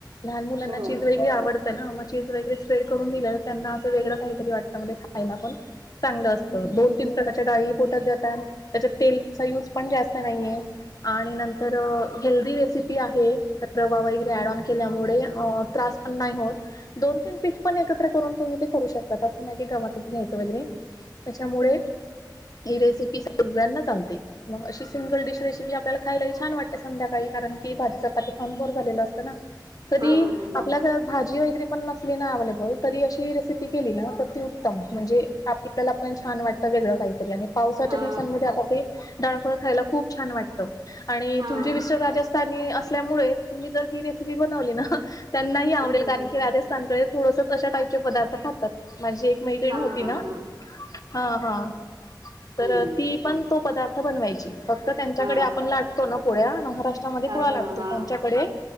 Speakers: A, on the left; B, on the right.
A: लहान मुलांना
B: हो
A: चीज वगैरे आवडतं चना मग चीज वगैरे स्प्रेड करून दिलेलं त्यांना असं वेगळं काहीतरी वाटतं मग खायला पण. चांगलं असतं
B: हम्म
A: दोन तीन प्रकारच्या डाळी पोटत जातात त्याच्यात तेलचा युज पण जास्त नाहीये. आणि नंतर हेल्दी रेसिपी आहे रवा वगैरे ऍड ऑन केल्यामुळे वढे त्रास पण नाही होत. दोन तीन पीठ पण एकत्र करून तुम्ही ते करू शकतात, असं नाही की गव्हाचंच घ्यायचं वगैरे. त्याच्यामुळे ही रेसिपी सगळ्यांना सांगते. मग अशी सिंगल डिश रेसिपी आपल्याला खायलाही छान वाटते संध्याकाळी कारण की भाजी चपाती खऊन बोर झालेलं असतं ना. कधी
B: हा हम्म
A: आपल्या घरात, भाजी वगैरे पण नसते. अव्हेलेबल तरी अशी रेसिपी केली ना, तर ती उत्तम म्हणजे आपल्याला पण छान वाट आता वेगळं, काहीतरी आणि. पावसाच्या
B: हा
A: दिवसांमध्ये आता ते, डाळफळ खायला खूप छान वाटतं आणि
B: हा
A: तुमचे
B: हम्म
A: <unintelligible> असल्यामुळे तुम्ही जर ही रेसिपी बनवली ना, त्यांना ही आवडेल
B: हम्म
A: कारण की राजस्था <unintelligible> थोडंसं तसं कशा टाईचे पदार्थ खातात. माझी एक मैत्रिणी
B: हा
A: होती
B: हा
A: ना.
B: हा
A: हा हा. तर
B: हम्म
A: ती पण तो पदार्थ बनवायची, फक्त त्यांच्याकडे
B: हा
A: आपण लाट तो ना पोळ्या महाराष्ट्रामध्ये,
B: हा
A: पुळा
B: हा
A: लाटतो
B: हा हा
A: त्यांच्याकडे.